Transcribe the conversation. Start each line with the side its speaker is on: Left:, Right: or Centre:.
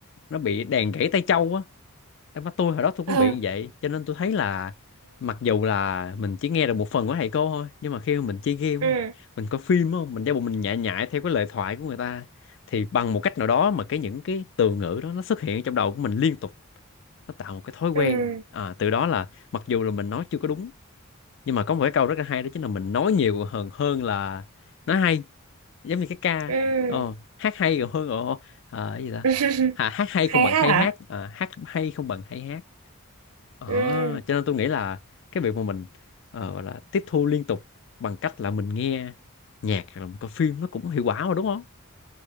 Left: nó bị đàn gãy tay châu á Em mắt tôi hồi đó tôi cũng
Right: ừ
Left: bị như vậy cho nên tôi thấy là mặc dù là mình chỉ nghe được một phần của thầy cô thôi nhưng mà khi mà mình chơi game đúng
Right: ừ
Left: không
Right: ừ
Left: mình coi phim đúng không mình giả bộ mình nhại nhại theo cái lời thoại của người ta thì bằng một cách nào đó mà cái những cái từ ngữ đó nó xuất hiện trong đầu của mình liên tục nó tạo một cái thói quen
Right: ừ
Left: à, từ đó là mặc dù là mình nói chưa có đúng nhưng mà có một cái câu rất là hay đó chính là mình nói nhiều hơn hơn là nói hay giống như cái ca
Right: ừ
Left: ờ, hát hay còn hơn ờ, ờ, cái gì ta
Right: ừ. <laughs>
Left: à, hát hay
Right: hay
Left: không bằng
Right: hát
Left: hay
Right: hả
Left: hát à, hát hay không bằng hay hát Ờ,
Right: ừ
Left: cho nên tôi nghĩ là cái việc mà mình ờ, gọi là tiếp thu liên tục bằng cách là mình nghe nhạc hoặc là mình coi phim nó cũng hiệu quả mà đúng không?